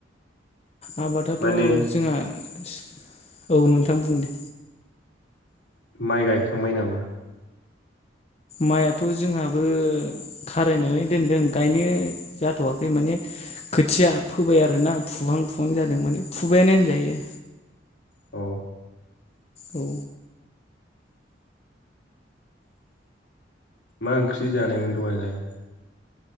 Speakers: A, on the left; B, on the left.
A: आबादाथ
B: माने
A: जोंहा <unintelligible> औ नोंथां बुं दे।
B: माइ गायखांबाय नामा?
A: माइआथ' जोंहाबो खारायनानै दोनदों गायनो जाथ वाखै माने खोथिया फोबाय आरोना फुहां फुहां जादों माने फुबायानो होनजायो।
B: अ।
A: औ
B: मा ओंख्रि जानायमोन दहायलाय?